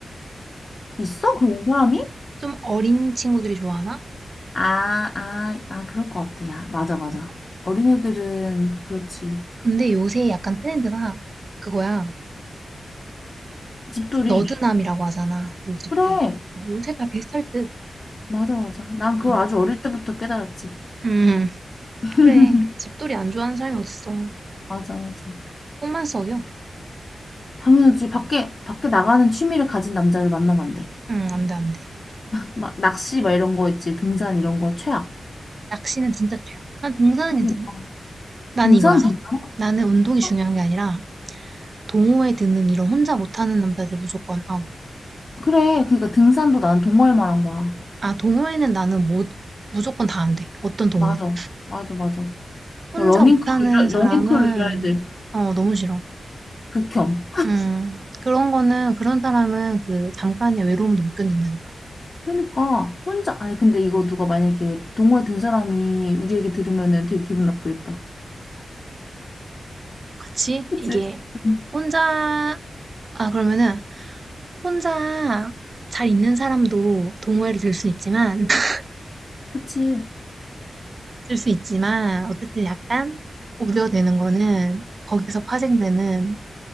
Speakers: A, on the left; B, on the right.
A: 있어? 그런 사람이?
B: 좀 어린 친구들이 좋아하나?
A: 아, 아, 아, 그럴 것 같아. 야, 맞아, 맞아.
B: 뭔가?
A: 어린애들은 그렇지.
B: 근데 요새 약간 트렌드가 그거야.
A: 집돌이.
B: 너드남이라고 하잖아. 그리고 집돌이.
A: 그래.
B: 어, 요새 다 비슷할 듯.
A: 맞아, 맞아. 난 그걸
B: 응.
A: 아주 어릴 때부터 깨달았지.
B: 음,
A: <laughs>
B: 그래. 집돌이 안 좋아하는 사람이 어딨어.
A: 맞아, 맞아.
B: 속만 썩여.
A: 당연하지. 밖에, 밖에 나가는 취미를 가진 남자를 만나면 안 돼.
B: 응, 안 돼, 안 돼.
A: 막 낚시 막 이런 거 있지. 등산 이런 거 최악.
B: 낚시는 진짜 죄야. 난 등산은
A: 그러니까.
B: 괜찮아. 난
A: 등산
B: 이거야.
A: 괜찮아?
B: 나는 운동이 중요한
A: 어,
B: 게 아니라 동호회 드는 이런 혼자 못하는 남자들 무조건 아웃.
A: 그래. 그러니까 등산도 난 동호회 말한 거야.
B: 아, 동호회는 나는 못, 무조건 다 안 돼. 어떤 동호회든.
A: 맞아. 맞아, 맞아.
B: 혼자
A: 뭐 러닝크루,
B: 못하는
A: 이런-
B: 사람은,
A: 러닝크루 이런 애들.
B: 어, 너무 싫어.
A: 극혐.
B: 음, 그런 거는, 그런 사람은 그 잠깐의 외로움도 못 견딘다니까.
A: 그러니까 혼자 아니 근데 이거 누가 만약에 동호회 든 사람이 우리 얘기 들으면은 되게 기분 나쁘겠다.
B: 그치?
A: 그치?
B: 이게,
A: 응.
B: 혼자, 아, 그러면은, 혼자 잘 있는 사람도 동호회를 들 수 있지만, <laughs>
A: 그치?
B: 들 수 있지만, 어쨌든 약간 우려되는 거는, 거기서 파생되는,